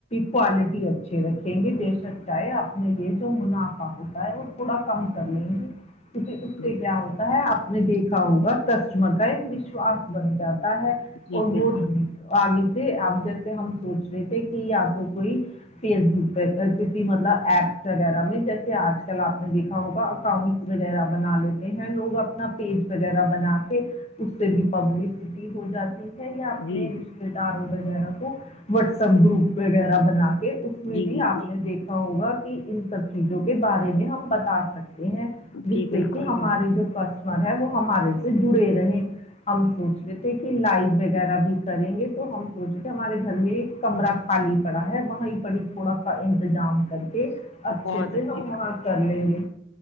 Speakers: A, on the left; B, on the left.
A: کوالٹی اچھے رکھیں گے بے شک چاہے اپنے یہ جو منافع ہوتا ہے وہ تھوڑا کم کر لیں گے کیونکہ اس سے
B: جی
A: کیا ہوتا ہے آپ نے دیکھا ہوگا کسٹمر کا ایک وشواس بن جاتا ہے
B: جی
A: اور
B: بالکل
A: وہ آگے سے اب جیسے ہم سوچ رہے تھے کہ یا تو کوئی فیس بک پر کسی مطلب ایپ وغیرہ میں جیسے آج کل آپ نے دیکھا ہوگا اکاؤنٹس
B: جی
A: وغیرہ بنا لیتے ہیں لوگ اپنا پیج وغیرہ بنا کے اس سے بھی پبلسٹی ہو جاتی یہ اپنے
B: جی
A: رشتے داروں وغیرہ کو واٹسپ گروپ وغیرہ بنا کے
B: جی
A: یہ بھی
B: جی
A: آپ نے دیکھا ہوگا کہ ان سب چیزوں کے بارے میں ہم بتا سکتے ہیں جس
B: جی
A: سے
B: بالکل
A: کہ ہمارے جو کسٹمر ہے وہ ہمارے سے جڑے رہے ہم سوچتے تھے کہ لائف وغیرہ بھی کریں گے تو ہم سوچے تھے ہمارے گھر میں ایک کمرہ خالی پڑا ہے وہاں پڑ ہی تھوڑا کا انتظام کر کے اچھے
B: بہت
A: سے
B: اچھی
A: ہم
B: بات
A: وہاں کر لیں گے